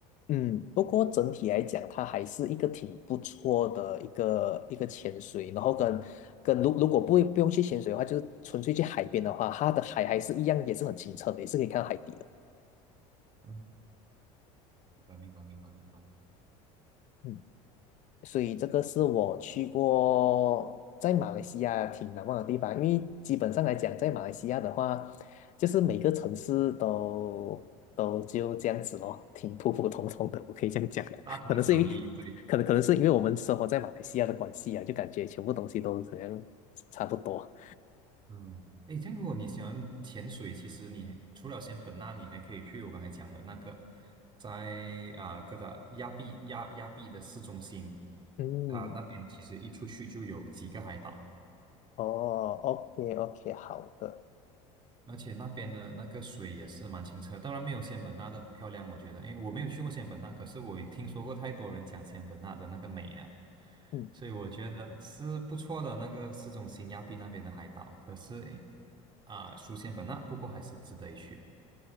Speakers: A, on the left (about 50°); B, on the right (about 30°).
A: 嗯，不过整体来讲，它还是一个挺不错的一个一个潜水，然后跟跟如如果不会不用去潜水的话，就是纯粹去海边的话，它的海还是一样，也是很清澈的，也是可以看到海底的。
B: 嗯，明白明白明白明白。
A: 嗯所以这个是我去过在马来西亚挺难忘的地方，因为基本上来讲，在马来西亚的话，就是每个城市都都就这样子咯，挺普普通通的，我可以这样讲。
B: 大同小异，
A: <laughs> 可能是因为，
B: 对，
A: 可能可能是因为我们生活在马来西亚的关系啊，就感觉全部东西都好像差不多。
B: 嗯，诶，这样如果你喜欢潜水，其实你除了仙本那，你还可以去我刚才讲的那个，在啊哥打亚庇亚亚庇的市中心，
A: 嗯，
B: 它那边其实一出去就有几个海岛，
A: 哦，OK OK，好的。
B: 而且那边的那个水也是蛮清澈，当然没有仙本那的漂亮，我觉得，因为我没有去过仙本那，可是我也听说过太多人讲仙本那的那个美了。
A: 嗯
B: 所以我觉得是不错的那个市中心亚庇那边的海岛，可是诶啊，书香本那，不过还是值得一去。